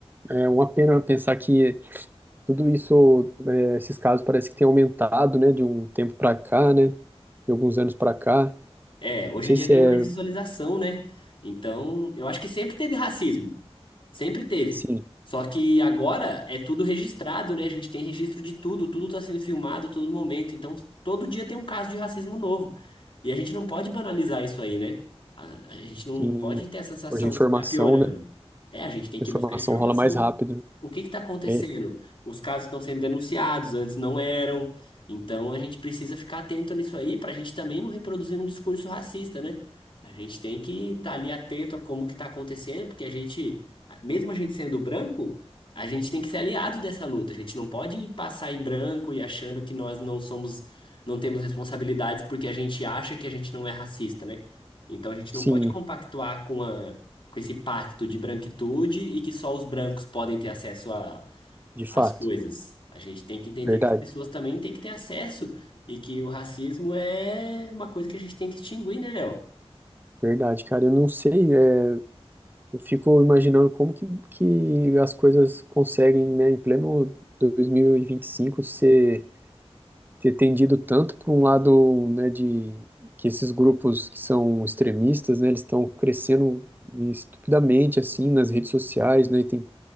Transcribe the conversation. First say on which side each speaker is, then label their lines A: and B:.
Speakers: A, on the right; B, on the left.
A: é uma pena pensar que Tudo isso, é, esses casos parece que tem aumentado, né, de um tempo para cá, né, de alguns anos para cá.
B: É, hoje
A: Não sei
B: em dia
A: se
B: tem
A: é,
B: mais visualização, né? Então, eu acho que sempre teve racismo. Sempre teve.
A: sim,
B: Só que agora é tudo registrado, né? A gente tem registro de tudo, tudo tá sendo filmado a todo momento. Então, todo dia tem um caso de racismo novo. E a gente não pode banalizar isso aí, né? A, a gente não
A: que
B: pode ter a sensação
A: hoje a informação,
B: que tá piorando.
A: né,
B: É, a gente tem que
A: a informação
B: buscar informação.
A: rola mais rápido.
B: O que que tá acontecendo?
A: É,
B: Os casos estão sendo denunciados, antes não eram. Então a gente precisa ficar atento nisso aí para a gente também não reproduzir um discurso racista, né? A gente tem que estar ali atento a como que está acontecendo, porque a gente, mesmo a gente sendo branco, a gente tem que ser aliado dessa luta. A gente não pode passar em branco e achando que nós não somos, não temos responsabilidades porque a gente acha que a gente não é racista, né? Então a gente
A: sim,
B: não pode compactuar com a, com esse pacto de branquitude e que só os brancos podem ter acesso
A: de fato,
B: as coisas. A gente tem que entender
A: verdade,
B: que as pessoas também têm que ter acesso e que o racismo é uma coisa que a gente tem que extinguir, né, Léo?
A: verdade, cara. Eu não sei, é, eu fico imaginando como que, que as coisas conseguem, né, em pleno 2025 ser ter tendido tanto para um lado, né, de que esses grupos que são extremistas, né, eles estão crescendo estupidamente assim nas redes sociais, né, e tem